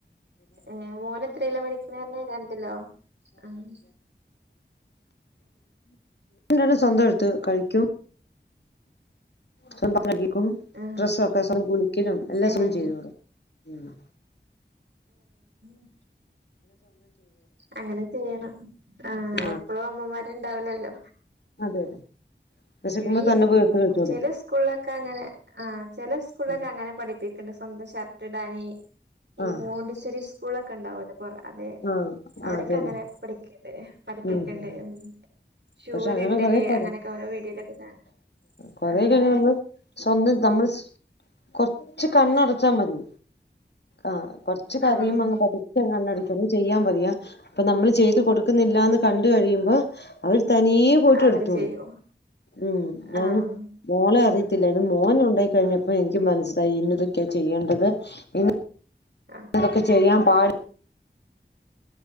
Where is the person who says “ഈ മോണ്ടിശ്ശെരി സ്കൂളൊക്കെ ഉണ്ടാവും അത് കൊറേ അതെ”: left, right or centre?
Right